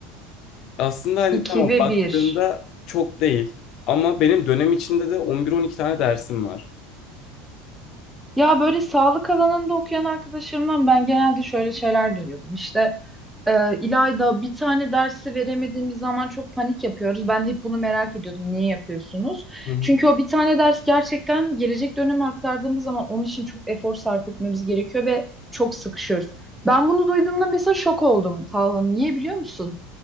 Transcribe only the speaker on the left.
Aslında hani
tamam
baktığında
çok değil. Ama benim dönem içinde de on bir on iki tane dersim var.
Hı hı.